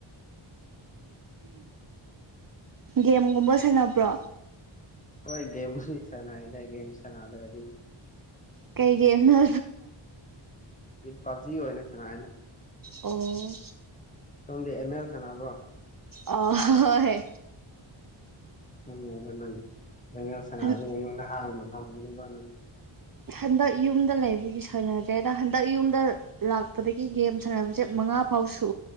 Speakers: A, on the right; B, on the left.
A: ꯎꯝ ꯒꯦꯝꯒꯨꯝꯕ ꯁꯥꯟꯅꯕ꯭ꯔꯣ
B: ꯍꯣꯏ ꯒꯦꯝ ꯁꯥꯟꯅꯏꯗꯒꯦꯝ ꯁꯥꯟꯅꯗ꯭ꯔꯗꯤ
A: ꯀꯩꯒꯦꯦꯝ ꯅ
B: ꯄꯞꯖꯤ ꯑꯣꯏꯅ ꯁꯅꯥ ꯍꯥꯏꯅ
A: ꯑꯣ
B: ꯁꯣꯝꯗꯤ ꯑꯦꯃꯦꯜ ꯁꯪꯉꯕ꯭ꯔꯣ
A: ꯑ ꯍꯣꯏ ꯍꯣꯏ
B: ꯁ
A: ꯍꯟ ꯍꯟꯗꯛ ꯌꯨꯝꯗ ꯂꯩꯕꯒꯤ ꯁꯥꯟꯅꯗ꯭ꯔꯦꯗ ꯍꯟꯗꯛ ꯌꯨꯝꯗ ꯂꯥꯛꯄꯗꯒꯤ ꯒꯦꯝ ꯁꯥꯟꯅꯕꯁꯦ ꯃꯉꯥ ꯐꯥꯎ ꯁ